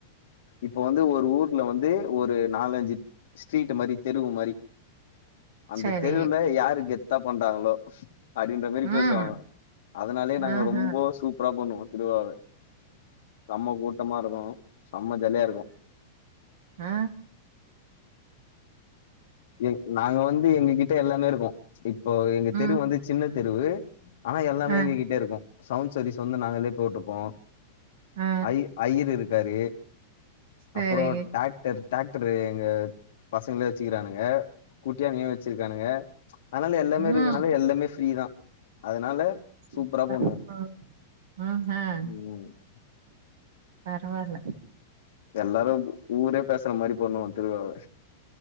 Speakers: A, on the left; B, on the right.
A: இப்ப வந்து ஒரு ஊர்ல வந்து ஒரு நாலஞ்சி ஸ்ட்ரீட் மாரி தெருவு மாரி அந்த
B: சேரி
A: தெருவுல யாருக்கு கெத்தா பண்றாங்களோ அப்டின்ற மாதிரி
B: ம்
A: பேசுவாங்க அதனாலயே நாங்க
B: ஆஹ ஆஹ
A: ரொம்ப சூப்பரா பண்ணுவோம் திருவாவ செம்ம கூட்டமாருக்கும் செம்ம ஜலியாருக்கும்
B: அ
A: என் நாங்க வந்து எங்ககிட்ட எல்லாமே இருக்கோம் இப்போ எங்க
B: ம்
A: தெருவு வந்து ஜின்ன தெருவு ஆனா எல்லாமே
B: ஆ
A: எங்க கிட்டருக்கும் சவுண்ட் சர்வீஸ் வந்து நாங்களே போட்டுப்போம்
B: ஆ
A: ஐ அய்யர் இருக்காரு
B: சேரி
A: அப்புறோம் டாக்டர் ட்ராக்ட்ரு எங்க பசங்களே வச்சுக்கிறானுங்க குட்டியானயும் வச்சிருக்கானுங்க அதனால எல்லாமே
B: ம்
A: இருக்கதுனால எல்லாமே ஃப்ரீ தா அதனால
B: சூப்பர்
A: சூப்பரா பண்ணுவோ
B: ப ம் ஆஹ்
A: ம்
B: பரவால்ல
A: எல்லாரு ஊரே பேசுற மாரி பண்ணுவோம் திருவ்ழாவ